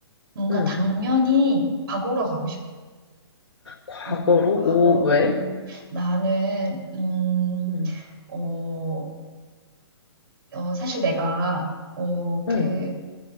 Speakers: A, on the right (about 55°); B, on the left (about 85°).
A: 뭔가
B: 응.
A: 당연히 과거로 가고 싶어.
B: 과거로?
A: 음, 과거로.
B: 오, 왜?
A: 어, 나는 음,
B: 응,
A: 어, 어, 사실 내가 어, 그
B: 응,